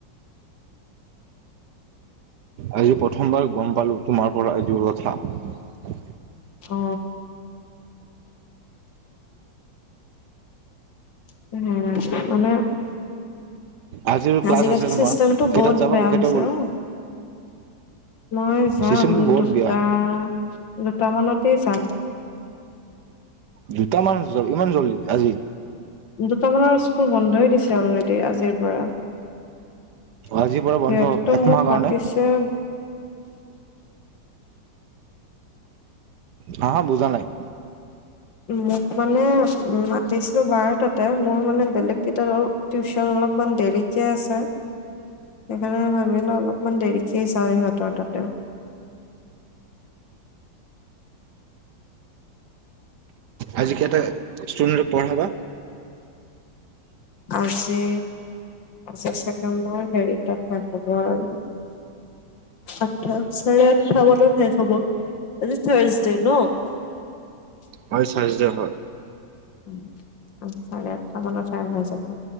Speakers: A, on the right; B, on the left.
A: আৰু প্ৰথমবাৰ গম পালো তোমাৰ পৰা এইযোৰ কথা।
B: অ। হ মানে।
A: আজিৰ ক্লাছ
B: আজিকালি
A: আছে তোমাৰ
B: চিষ্টষ্টেমটো
A: কেইটাত
B: বহুত
A: যাবা
B: বেয়া
A: কেইটা
B: হৈছে
A: ওলা
B: অ। মই যাম
A: চিষ্টেমটো বহুত
B: দুটা।
A: বেয়া
B: দুটামানতেই যাম।
A: দুটামান ইমান জল্দি আজি
B: দুটামানৰ স্কুল বন্ধই দিছে অলৰেডি আজিৰ পৰা। সিহঁতেটো
A: আজিৰ পৰা বন্ধ একমাহৰ
B: মোক
A: কাৰণে
B: মাতিছে।
A: হা হা বুজা নাই।
B: মোক মানে উ। পাতিছিলো বাৰ তাতে মোৰ মানে বেলেগ কেইট টিউচন অলপমান দেৰিকে আছে। সেইকাৰণে ভাবিলো অলপমান দেৰিকেই যাওঁ ইহঁতৰ তাতেও।
A: আজিকে কেইটা ষ্টুডেন্টক পঢ়াবা।
B: আজি, আজ চাগে মই হেৰিতা হ'ব আৰু আঠ চাৰে আঠটা বজাত শেষ হ'ব, আজি থাৰছডে ন। <unintelligible>
A: হয় থাৰছডে হয়।
B: উ চাৰে আঠটা মানত টাইম হৈ যাব।